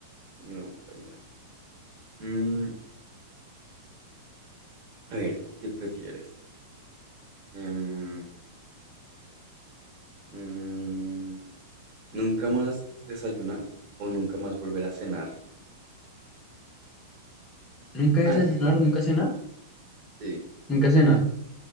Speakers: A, on the right (about 40°); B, on the left (about 20°).
A: No, paila, sí. Mm, a ver, ¿tú qué prefieres? Em, mm, ¿nunca más desayunar o nunca más volver a cenar?
B: ¿Nunca desayunar,
A: Ah, eso está fácil.
B: nunca cenar?
A: Sí.
B: Nunca cenar.